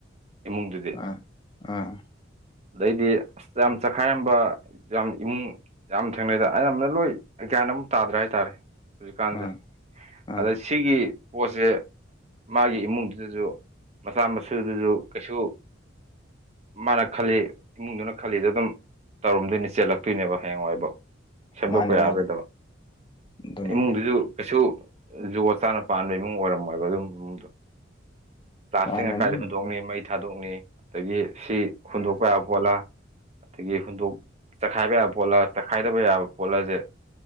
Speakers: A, on the right (about 35°); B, on the left (about 25°).
A: ꯏꯃꯨꯡꯗꯨꯗꯤ
B: ꯎꯝ ꯎꯝ
A: ꯑꯗꯩꯗꯤ ꯑꯁ ꯌꯥꯝ ꯆꯈꯥꯏꯔꯝꯕ ꯌꯥꯝ ꯏꯃꯨꯡ ꯌꯥꯝ ꯊꯦꯡꯅꯩꯗ ꯑꯌꯥꯝꯕꯅ ꯂꯣꯏ ꯒ꯭ꯌꯥꯟ ꯑꯃ ꯇꯥꯗ꯭ꯔꯦ ꯍꯥꯏꯇꯥꯔꯦ ꯍꯧꯖꯤꯛꯀꯥꯟꯖꯦ
B: ꯎꯝ ꯎꯝ
A: ꯑꯗꯥ ꯁꯤꯒꯤ ꯄꯣꯠꯁꯦ ꯃꯥꯒꯤ ꯏꯃꯨꯡꯗꯨꯗꯖꯨ ꯃꯆꯥ ꯃꯁꯨꯗꯨꯖꯨ ꯀꯩꯁꯨ ꯃꯥꯅ ꯈꯜꯂꯤ ꯏꯃꯨꯡꯗꯨꯅ ꯈꯜꯂꯤꯗꯣ ꯑꯗꯨꯝ ꯇꯧꯔꯝꯗꯣꯏꯅꯤ ꯆꯦꯜꯂꯛꯇꯣꯏꯅꯦꯕ ꯍꯌꯦꯡꯋꯥꯏꯕꯥꯎ ꯁꯦꯝꯗꯣꯛꯄ
B: ꯃꯥꯅꯦ
A: ꯌꯥꯔꯔꯣꯏꯗꯕ
B: ꯃꯥꯅꯦ ꯑꯗꯨꯅꯦ
A: ꯏꯃꯨꯡꯗꯨꯖꯨ ꯀꯩꯁꯨꯛ ꯖꯨꯒꯣꯠ ꯆꯥꯅ ꯄꯥꯟꯕ ꯏꯃꯨꯡ ꯑꯣꯏꯔꯝꯃꯣꯏꯕ ꯑꯗꯨꯝꯕ ꯏꯃꯨꯡꯗꯣ ꯄ꯭ꯂꯥꯁꯇꯤꯡꯅ
B: ꯃꯥꯅꯦ ꯑꯗꯨꯝ
A: ꯀꯥꯏꯗ ꯍꯨꯟꯗꯣꯛꯅꯤ ꯃꯩ ꯊꯥꯗꯣꯛꯅꯤ ꯑꯗꯒꯤ ꯁꯤ ꯍꯨꯟꯗꯣꯛꯄ ꯌꯥꯕ ꯄꯣꯠꯂꯥ ꯑꯗꯒꯤ ꯍꯨꯟꯗꯣꯛ ꯆꯈꯥꯏꯕ ꯌꯥꯕ ꯄꯣꯠꯂ ꯆꯥꯛꯈꯥꯏꯗꯕ ꯌꯥꯕ ꯄꯣꯠꯂꯖꯦ